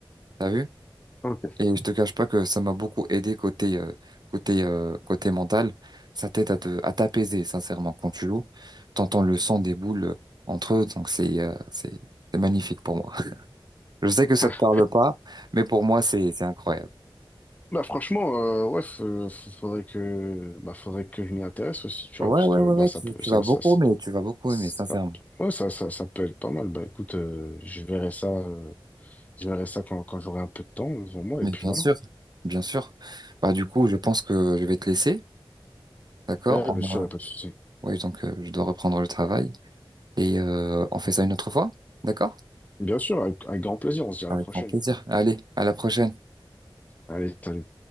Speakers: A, on the right (about 50°); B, on the left (about 15°).
A: T'as vu?
B: ok.
A: Et je te cache pas que ça m'a beaucoup aidé côté euh, côté euh, côté mental. Ça t'aide à te, à t'apaiser, sincèrement, quand tu joues. T'entends le son des boules euh, entre eux, donc c'est euh, c'est c'est magnifique pour moi. <laughs> Je sais que ça
B: <laughs>
A: te parle pas, mais pour moi c'est c'est incroyable.
B: Bah franchement, euh, ouais, f- f- faudrait que, bah, faudrait que je m'y intéresse aussi, tu
A: Ouais
B: vois, parce
A: ouais
B: que
A: ouais
B: bah
A: ouais,
B: ça
A: tu,
B: peut,
A: tu
B: ça,
A: vas beaucoup
B: ça, ça,
A: aimer, tu vas beaucoup
B: ça-
A: aimer, sincèrement.
B: ouais, ça, ça, ça peut être pas mal. Bah écoute, euh, je verrai ça, euh, je verrai ça quand, quand j'aurai un peu de temps devant moi,
A: Mais
B: et puis
A: bien
B: voilà.
A: sûr, bien sûr. Bah du coup, je pense que je vais te laisser, d'accord?
B: Ouais, bien
A: On-
B: sûr, y a pas de souci.
A: Ouais, donc euh, je dois reprendre le travail et euh, on fait ça une autre fois, d'accord?
B: Bien sûr, avec, avec grand plaisir, on se dit à
A: Avec
B: la prochaine.
A: grand plaisir. Allez, à la prochaine.
B: Allez, salut.